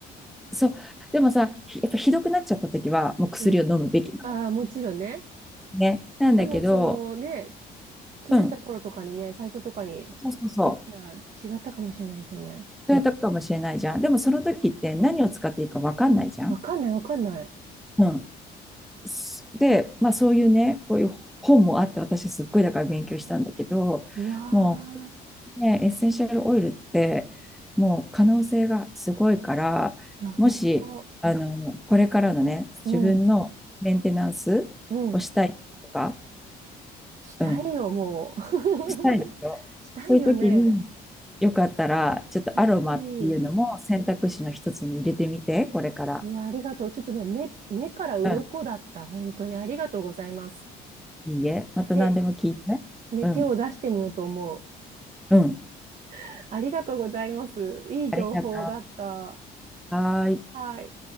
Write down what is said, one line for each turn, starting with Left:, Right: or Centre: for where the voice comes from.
Centre: そう。でもさ、ひやっぱひどくなっちゃった時は、もう薬を飲むべきなの。
Right: ん。うん。ああ、もちろんね。
Centre: ね。なんだけど、
Right: でも、そのね、気づいた頃とかにね、
Centre: うん。
Right: 最初とかに
Centre: そうそうそう。
Right: できたら違ったかもしれないですよね。
Centre: そうやったかもしれないじゃん。でもその時って何を使っていいかわかんないじゃん。
Right: わかんない、わかんない。
Centre: うん。すで、まあそういうね、こういう本もあって、私すっごいだから勉強したんだけど、
Right: うわ
Centre: もう、ね、エッセンシャルオイルって、もう可能性がすごいから、
Right: ー、いや、本当。
Centre: もし、あの、これからのね、
Right: うん、
Centre: 自分のメンテナンスをしたいとか、
Right: うん。したいよ、
Centre: うん。
Right: もう。
Centre: したいんですよ。
Right: <laughs> したいよね。
Centre: そういう時に、よかったら、ちょっとアロマっていうのも選択肢の一つに入れてみて、
Right: ぜひ。
Centre: これから。
Right: いや、ありがとう。ちょっとね、目、目から鱗だった。
Centre: うん。
Right: 本当にありがとうございます。
Centre: いいえ。また何でも聞いて。
Right: で、ね、
Centre: うん。
Right: 手を出してみようと思う。
Centre: うん。
Right: <laughs> ありがとうございます。いい情報だった。
Centre: ありがとう。はーい。
Right: はい。